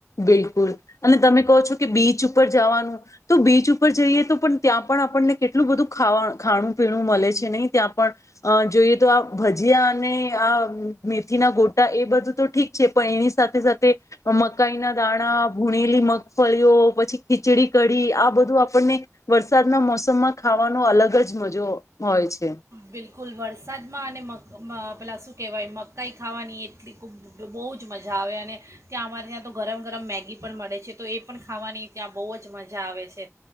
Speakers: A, on the left; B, on the right.
A: બિલકુલ અને તમે કઓ છો કે બીચ ઉપર જવાનું. તો બીચ ઉપર જઈએ, તો પણ ત્યાં પણ આપણને કેટલું બધુ ખાવાણ ખાણું-પીણું મળે છે ને ત્યાં પણ. અ જોઈએ તો આ ભજીયા અને આ મેથીના ગોટા એ બધું તો ઠીક છે, પણ એની સાથે સાથે મકાઈના દાણા ભૂણેલી મગ ફળીઓ પછી ખીચડી-કઢી આ બધું આપણને વરસાદના મોસમમા ખાવાનો અલગ જ મજો હોય છે.
B: બિલકુલ વરસાદમાં અને મગ મ પેલાં શું કેવાય મકાઈ ખાવાની એટલી તો બોઉ જ મજા આવે અને ત્યાં અમારે ત્યાં તો ગરમ ગરમ મેગી પણ મળે છે, તો એ પણ ખાવાની ત્યાં બોવ જ મજા આવે છે.